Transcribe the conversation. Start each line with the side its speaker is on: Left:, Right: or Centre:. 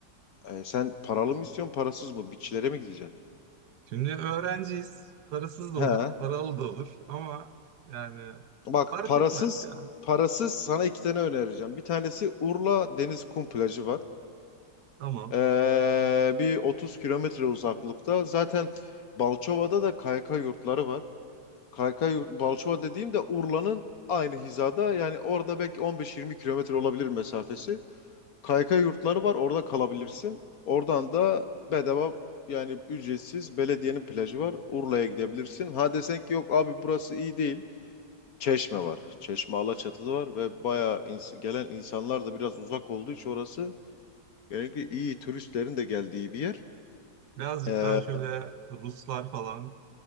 Left: E, sen paralı mı istiyorsun parasız mı? Beachlere mi gideceksin?
Right: Şimdi öğrenciyiz. Parasız da
Left: He.
Right: olur, paralı da olur ama yani
Left: Bak
Right: fark
Left: parasız
Right: etmez ya.
Left: parasız sana iki tane önereceğim. Bir tanesi Urla Deniz Kum Plajı var.
Right: Tamam.
Left: Ee, bir 30 kilometre uzaklıkta. Zaten Balçova'da da KYK yurtları var. Kaykay Balçova dediğim de Urla'nın aynı hizada yani orada belki 15-20 kilometre olabilir mesafesi. Kaykay yurtları var orada kalabilirsin. Oradan da bedava yani ücretsiz belediyenin plajı var. Urla'ya gidebilirsin. Ha desen ki yok abi burası iyi değil. Çeşme var. Çeşme Alaçatı'da var ve bayağı ins- gelen insanlar da biraz uzak olduğu için orası yani iyi turistlerin de geldiği bir yer.
Right: Birazcık
Left: Ee,
Right: daha şöyle Ruslar falan